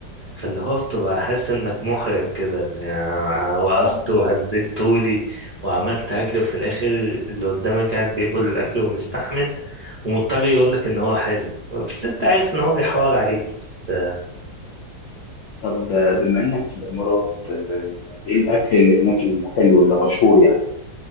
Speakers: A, on the right (about 30°); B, on the left (about 70°).
A: فاللي هو بتبقى حاسس انك محرج كده يعني أنا وقفت
B: طب
A: وهزيت طولي وعملت اكل وفي الاخر اللي قدامك قاعد بياكل الاكل ومستحمل ومضطر يقول لك ان هو حلو بس انت عارف ان هو بيحور عليك بس
B: طب بما انك في الامارات آه، ايه الاكل اللي هناك الحلو اللي مشهور يعني